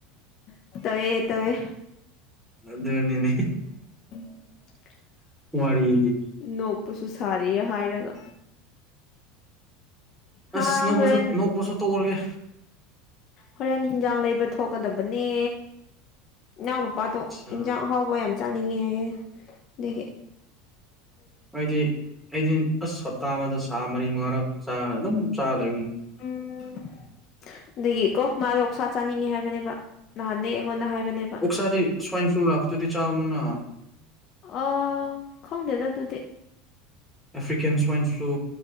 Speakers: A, on the left; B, in the centre.
A: ꯑ ꯇꯧꯋꯦ ꯇꯧꯋꯦ
B: ꯑꯗꯨꯅꯤꯅꯦ
A: ꯎꯝ
B: ꯋꯥꯔꯤꯗꯤ
A: ꯅꯣꯛꯄꯁꯨ ꯁꯥꯔꯤꯌꯦ ꯍꯥꯏꯔꯒ ꯍꯥ
B: ꯑꯁ ꯅꯣꯛꯄꯁꯨ
A: ꯍꯣꯔꯦꯟ
B: ꯅꯣꯛꯄꯁꯨ ꯇꯣꯛꯑꯒꯦ
A: ꯍꯣꯔꯦꯟ ꯍꯤꯟꯖꯥꯡ ꯂꯩꯕ ꯊꯣꯛ ꯊꯣꯛꯀꯗꯕꯅꯦ ꯏꯅꯥꯎꯅꯨꯄꯥꯗꯣ
B: ꯑ
A: ꯌꯦꯟꯁꯥꯡ ꯑꯍꯥꯎꯕ ꯌꯥꯝ ꯆꯥꯅꯤꯡꯉꯤ ꯍꯥꯏꯌꯦ ꯑꯗꯨꯒꯤ
B: ꯍꯥꯏꯗꯤ ꯑꯩꯗꯤ ꯑꯁ ꯍꯞꯇꯥ ꯑꯃꯗ ꯁꯥ ꯃꯔꯤ ꯃꯉꯥꯔꯔꯛ ꯆꯥꯔ ꯑꯗꯨꯝ ꯆꯥꯔ ꯂꯩ
A: ꯎꯝ ꯑꯗꯨꯒꯤꯀꯣ ꯃꯥꯗꯣ ꯑꯣꯛꯁꯥ ꯆꯥꯅꯤꯡꯉꯦ ꯍꯥꯏꯕꯅꯦꯕ ꯅꯍꯥꯟꯗꯒꯤ ꯑꯩꯉꯣꯟꯗ ꯍꯥꯏꯕꯅꯦꯕ
B: ꯑꯣꯛꯁꯥꯗꯤ ꯁ꯭ꯋꯥꯏꯟ ꯐ꯭ꯂꯨ ꯂꯥꯛꯄꯗꯨꯗꯤ ꯆꯥꯒꯅꯨꯅ
A: ꯑꯣ ꯈꯪꯗꯦꯗ ꯑꯗꯨꯗꯤ
B: ꯑꯐ꯭ꯔꯤꯀꯦꯟ ꯁ꯭ꯋꯥꯏꯟ ꯐ꯭ꯂꯨ